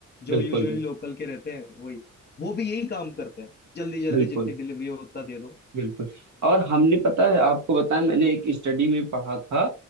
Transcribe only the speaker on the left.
जो यूजुअली
लोकल के रहते हैं वही वो भी यही काम करते हैं जल्दी जल्दी
जितनी डिलीवरी हो उतना दे दो